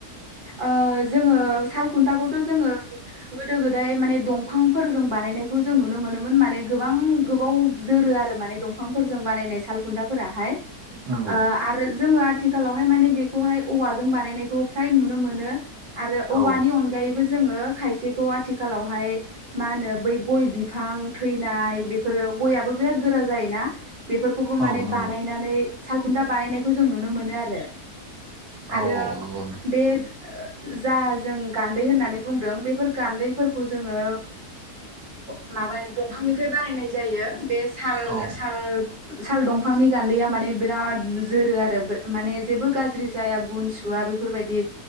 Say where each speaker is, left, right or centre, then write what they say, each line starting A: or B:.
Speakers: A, on the right (about 30°); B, on the right (about 85°).
A: ओ जोङो सालखुन्थाखौथ' जोङो गोदो गोदाय माने दंफांफोरजों बानाय नायनायखौ जों नुनो मोनो। मोन माने गोबां गोबाव जोरो आरो माने दंफांफोरजों बानायनाय साल खुन्थाफोराहाय ओ
B: नंगौ
A: आरो जोङो आथिखालावहाय माने बेखौहाय औवाजों बानायनायखौ फ्राय नुनो मोन नो आरो औवानि
B: औ
A: अनगायैबो जोङो खायसेखौ आजिखालावहाय मा होनो बै गय बि फां थैनाय बेफोरो गयाबो बिराद गोरा जायोना। बेफोरखौबो माने
B: औ नंगौ
A: बानायनानै सालखुन्था बानायनायखौ जों नुनो मोनो आरो आरो
B: औ औ नंगौ
A: बे <unintelligible> जा जों गान्दै होनना नै बुंदों बेफोर गान्दैफोरखौ जोङो ओ माबा दंफांनिफ्राय बानायनाय जायो बे साल
B: औ
A: साल साल दंफां फांनि गान्दैया माने बिराद जोरो आरो माने जेबो गाज्रि जाया गुन सुवा बेफोरबायदि